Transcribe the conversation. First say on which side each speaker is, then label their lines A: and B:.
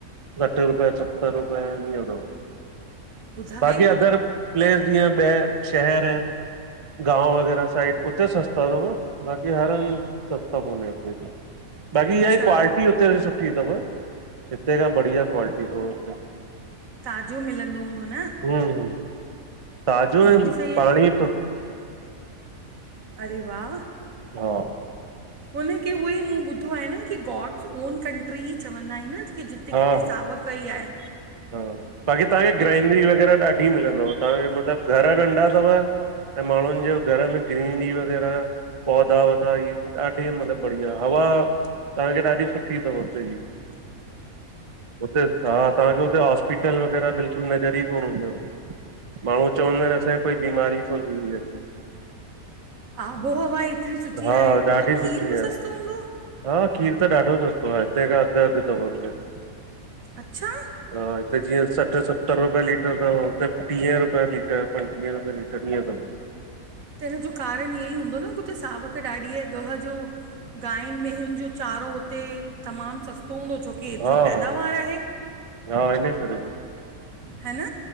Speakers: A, on the right (about 30°); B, on the right (about 65°).
A: सठि रुपए सत्तरि रूपए हींय हूंदो हो।
B: ॿुधाए
A: बाक़ी अदर प्लेस ॼीअं ॿिया शहर आहिनि गांव वग़ैरह साइड उत्ते सस्ता तव, ॿाक़ी हर हंधि् सस्ता कोन्हे उते ॿि बाक़ी
B: अच्छा
A: इह्या ए क्वालिटी उते ॼी सुठी तव, हिते खां बढ़िया क्वालिटी तव हुते।
B: ताॼो मिलंदो हूंदो न।
A: हुं हुं, ताॼो
B: हीअ
A: ऐं
B: बि सही आहे
A: पांणी
B: अरे वाह।
A: हा
B: हुनखे उहेई मूं ॿुधो आहे न कि गॉड्स ओन कंट्री ही चवंदा हिनि। कि जित्ते
A: हा
B: कित्थे
A: हा
B: सावक ही आहे।
A: हा, ॿाक़ी तव्हांखे
B: हु
A: ग्रैइनरी वग़ैरह ॾाढी मिलंदव तव्हांखे मतलबु घर नंढा तव ऐं माण्हुनि ॼो घर में ग्रीनरी वग़ैरह पौधा- वौधा इह्ये ॾाढी मतिलबु बढ़िया हवा तव्हांखे ॾाढी सुठी तव उते ॼी।
B: <inaudible>
A: उते हा तव्हांखे हुते हॉस्पिटल वग़ैरह बिल्कुलु नज़र ई कोन हूंदव। माण्हू चवंदा इनि असांखे कोई बीमारी ही कोन थींदी आ हिते।
B: आबोहवा एतिरी सुठी
A: हा
B: आहे, पो
A: ॾाढी
B: त
A: सुठी
B: खीर बि
A: आहे।
B: सस्तो हूंदो?
A: हा खीर त ॾाढो सस्तो आ, हिते खां अधु अघु तव उते।
B: अच्छा!
A: हा हिते जीअं सठि सत्तरि रुपये लीटर तव, उते टीहे रुपये लीटर पन्टीहें रुपये लीटर इअं तव।
B: त हिन जो कारण इह्येई हूंदो न कि हुते सावक ॾाढी आहे ॻह जो गाहियुंन मेंहियुनि जो चारो हुते तमामु सस्तो हूंदो छोकी एतिरी
A: हा
B: पैदावार
A: हा
B: आहे।
A: हा इन्हे करें बि
B: ह न